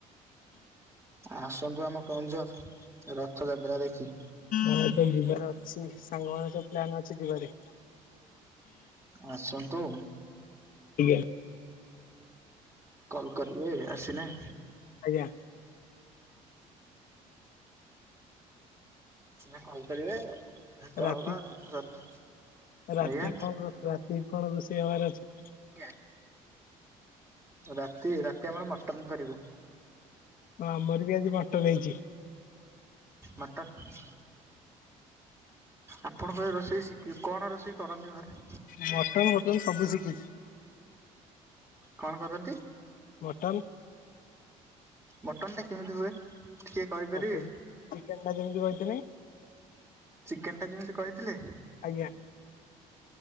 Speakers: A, on the right; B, on the left.
A: ଆସନ୍ତୁ ଆମ କେନ୍ଦୁଝର ରଥଯାତ୍ରା ଦେଖି।
B: ଏବେ ଯିବାର ଅଛି ସାଙ୍ଗ ମାନଙ୍କ ସବୁ ପ୍ଲାନ ଅଛି ଯିବାରେ।
A: ଆସନ୍ତୁ।
B: ଆଜ୍ଞା
A: କଲ କରିବେ ଆସିଲେ।
B: ଆଜ୍ଞା।
A: ନା କଲ କରିବେ। ଭେଟ
B: ରାତି
A: ହବା ରଥ ଯାତ୍ରା,
B: ରାତି
A: ଆଜ୍ଞା।
B: କଣ ରୋ ରାତି କଣ ରୋଷେଇ ହବାର ଅଛି?
A: <inaudible> ରାତି ରାତି ଆମର ମଟନ କରିବ।
B: ହଁ। ଆମର ବି ଆଜି ମଟନ୍ ହେଇଛି।
A: ମଟନ୍! ଆପଣଙ୍କ ଏ ରୋଷେଇ ଶିଖୀ କଣ ରୋଷେଇ କରନ୍ତି ଘରେ।
B: ମଟନ ଫଟନ ସବୁ ଶିଖିଛି।
A: କଣ କରନ୍ତି?
B: ମଟନ୍।
A: ମଟନ୍ ଟା କେମିତି ହୁଏ? ଟିକେ- କହିପାରିବେ
B: ମଟନ, ଚିକେନ ଟା ଯେମିତି କହିଥିଲି।
A: ଚିକେନ ଟା ଯେମିତି କହିଥିଲେ।
B: ଆଜ୍ଞା।